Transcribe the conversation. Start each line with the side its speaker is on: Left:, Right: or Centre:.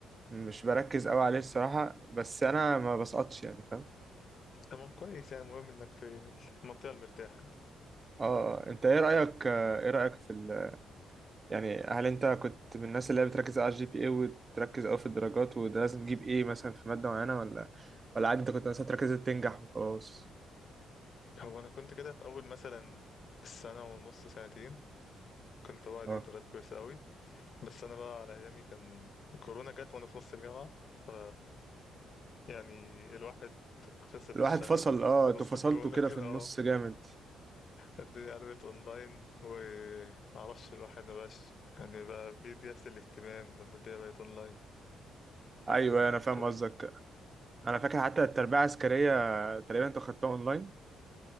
Right: مش بركز قوي عليه الصراحه بس انا ما بسقطش يعني فاهم
Left: تمام كويس يعني المهم انك في المنطقه المرتاحه يعني
Right: اه انت ايه رايك آه، ايه رايك في ال... يعني هل انت كنت من الناس اللي هي بتركز على الجي بي اي وتركز قوي في الدرجات وده لازم تجيب ايه مثلا في ماده معينه ولا ولا عادي انت كنت مثلا تركز تنجح وخلاص
Left: هو انا كنت كده في اول مثلا السنه ونص سنتين كنت هو هتجيب
Right: اه
Left: درجات كويسة أوي بس أنا بقى على أيامي كان الكورونا جت وأنا في نص الجامعة ف يعني الواحد خسر
Right: الواحد
Left: الشغف
Right: فصل اه
Left: في نص
Right: انتوا فصلتوا
Left: كورونا
Right: كده
Left: <laughs> كده
Right: في النص
Left: اه
Right: جامد
Left: الدنيا قلبت اونلاين ومعرفش الواحد مبقاش يعني بقى بيدي نفس الاهتمام لما الدنيا بقت اونلاين
Right: ايوه
Left: آه،
Right: انا فاهم
Left: كورونا
Right: قصدك انا فاكر حتى التربية العسكرية تقريبا انتوا خدتوها اونلاين